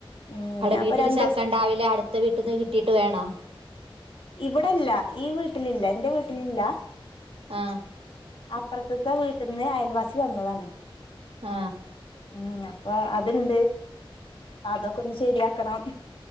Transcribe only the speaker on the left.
ഉം
ഞാപ്പൊ
രണ്ടു
ദിവസം
ഇവിടെല്ല ഈ വീട്ടിലില്ല എന്റെ വീട്ടിലില്ല
അപ്രത്ത്ത്തെ വീട്ട്ന്ന് അയൽവാസി തന്നതാണ്
ഉം അപ്പൊ അത്ണ്ട് അതൊക്കൊന്ന് ശെരിയാക്കണം